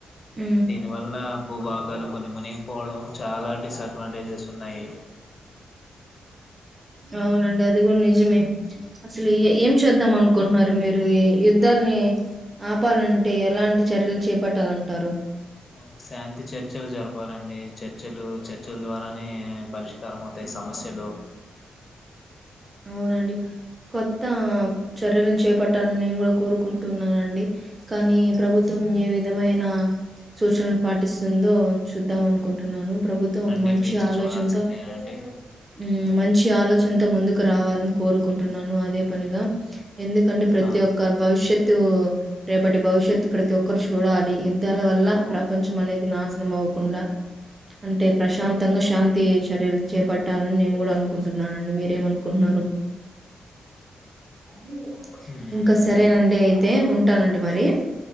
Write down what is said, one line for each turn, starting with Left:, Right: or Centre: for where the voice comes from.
Right: ఉ
Left: దీని వల్ల భూభాగాలు కొని మునిగిపోవడం చాలా డిసఅడ్వాంటేజెస్ ఉన్నాయి.
Right: అవునండి అది గూడ్ నిజమే. అసలు ఏ ఏం చేద్దాం అనుకుంటున్నారు మీరు.? ఈ యుద్ధాల్ని. ఆపల్నంటే ఎలాంటి చర్యలు చేపట్టాలంటారు.?
Left: ఆ శాంతి చర్చలు జరపాలండి. చర్చలు, చర్చల్ ద్వారానే పరిష్కారం అవు. తాయి సమస్యలు.
Right: అవునండి, కొత్త చర్యలను చేపట్టాలని నేను గూడా కోరుకుంటున్నానండి. కానీ,
Left: ఉమ్
Right: ప్రభుత్వం ఏ విధమైన. సూచన పాటిస్తుందో చూద్దాం అనుకుంటున్నాను. ! ప్రభుత్వం
Left: అవునండి
Right: ఒక మంచి
Left: వేచి
Right: ఆలోచన్తో,
Left: చూడాల్సిందేనండి
Right: ఊ మంచి ఆలోచన్తో ముందుక్. క్రావాలని కోరుకుంటున్నాను అదే పనిగా. ఎందుకంటే, ప్రతి
Left: ఆ
Right: ఒక్క భవిష్య. త్తు, రేపటి భవిష్యత్తు ప్రతి ఒక్కరు చూడాలి యి. ద్ధాల వల్ల ప్రపంచం అనేది నాశనం అవ్వకుండా. అంటే ప్రశాంతంగా శాంతి చర్యలు చేపట్టాలని నేను గూడా అనుకుంటున్నానం. డి మీరేమన్కున్నారు.? !
Left: ఉమ్
Right: ఇంకా సరేనండి అయితే, ఉంటానండి మరి. !